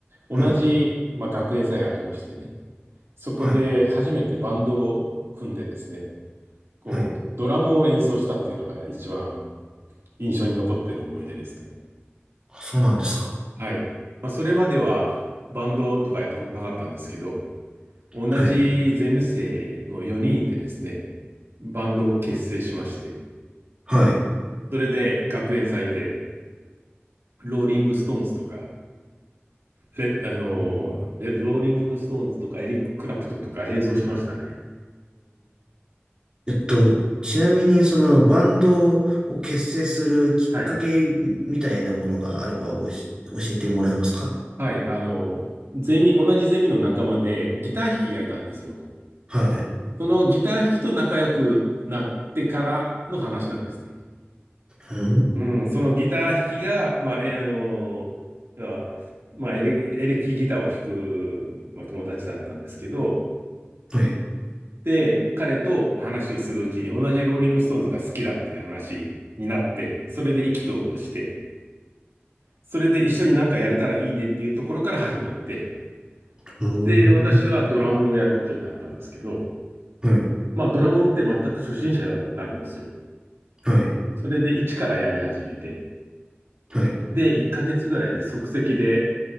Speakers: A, on the right (about 70°); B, on the right (about 20°).
A: 同じ、
B: はい、
A: まあ、学園祭がありましてね。そこで初めてバンドを組んでですね、
B: はい、
A: こう、
B: はい。
A: ドラムを演奏したっていうのが一番印象に残ってる思い出ですね。
B: あそうなんですか。
A: はい。まあ、それまではバンドとかやったことなかったんですけど、同じゼム生の4人でですね、
B: はい。
A: バンドを結成しまして、
B: はい。
A: それで学園祭で、ローリング・ストーンズとか、レッ、あの
B: うん
A: ーレッローリング・ストーンズとか、エリック・クラプトンとか演奏しましたね。
B: えっと、ちなみに、その、バンドを結成するきっかけみたいなものがあればおし、
A: はい。
B: 教えてもらえますか
A: はい、あの、ゼミ、同じゼミの仲間でギター弾きがいたんですよ。
B: はい。
A: そのギター弾きと仲良くなってからの話なんですね。
B: うん。
A: うん、そのギター弾きが、まあ、え、あの、要はまあ、エレ、エレキギターを弾く、まあ、友達だったんですけど、
B: はい。
A: で、彼と話をするうちに同じローリングストーンズが好きだっていう話になって、それで意気投合して、それで一緒になんかやれたらいいねっていうところから始まって、
B: うん。
A: で、私はドラムをやることになったんですけど、
B: はい。
A: まあ、ドラムって全く初心者だったんですよ。
B: はい。
A: それで一からやり始めて、
B: はい。
A: で、1ヶ月ぐらいで即席で